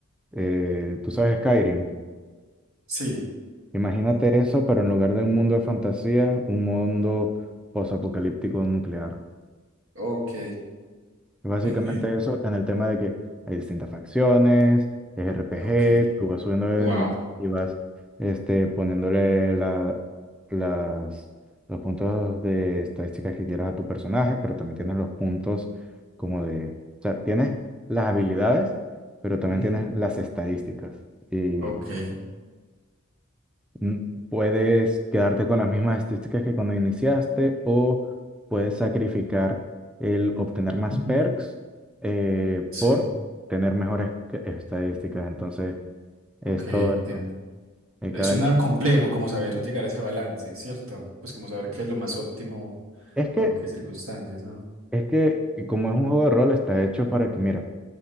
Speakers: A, in the centre; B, on the right.
A: eh, tú sabes Skyrim.
B: Sí.
A: Imagínate
B: mm,
A: eso, pero en lugar de un mundo de fantasía, un mundo posapocalíptico nuclear.
B: Ok.
A: Básicamente
B: <laughs>
A: eso en el tema de que hay distintas facciones, es RPG,
B: Ok.
A: tú vas subiendo de
B: Wow.
A: nivel y vas este, poniéndole la- las, los puntos de estadísticas que quieras a tu personaje, pero también tienes los puntos como de, o sea, tienes las habilidades, pero también
B: Ujú,
A: tienes las estadísticas. Y
B: Ok.
A: n- puedes quedarte con las mismas estadísticas que cuando iniciaste o puedes sacrificar el obtener más
B: Ujú,
A: perks eh,
B: Sí.
A: por tener mejores que- estadísticas. Entonces, es
B: Ok, entiendo.
A: todo esto. y
B: Eh,
A: cada
B: Suena
A: animal.
B: complejo como saber llegar a ese balance, ¿cierto? Pues como saber qué es lo más óptimo,
A: Es que,
B: bajo qué circunstancias, ¿no?
A: es que y como es un juego de rol, está hecho para que, mira,